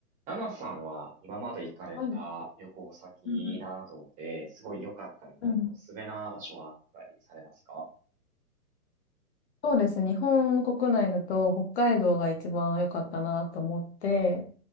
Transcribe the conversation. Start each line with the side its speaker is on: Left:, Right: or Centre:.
Right: ナナさんは今まで行かれた旅行先などですごい良かったみたいなおすすめな場所はあったりされますか
Left: はい。うんうん。うんうん、そうですね。日本国内だと北海道が一番良かったなと思って、